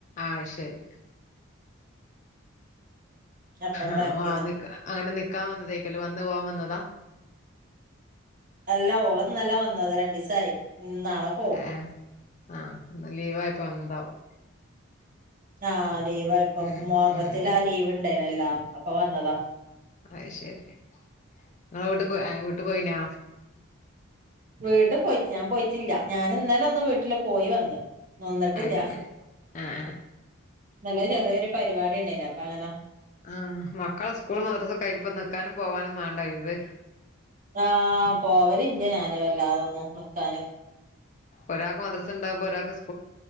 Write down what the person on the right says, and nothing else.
അപ്പ ഉണ്ടാക്കിയതാ
അല്ല ഓള്ന്നലേ വന്നത് രണ്ടീസായി. നാളെ പോവും
ആഹ് ലീവായപ്പൊ
മോറത്തില്
ആ ലീവ് ണ്ടായ്നല്ലാ അപ്പൊ വന്നതാ.
വീട്ട് പോയിറ്റ് ഞാപോയിട്ടില്ല ഞാൻ ഇന്നലെ ഒന്ന് വീട്ടില് പോയി വന്ന്. നിന്നിട്ടില്ല
ഇന്നലെ ചെറ്യോര് പരിവാടിണ്ടായിന് അപ്പ അങ്ങന.
ആഹ് പോവല്ല്ല ഞാന് വല്ലാതൊന്നും നിക്കാന്.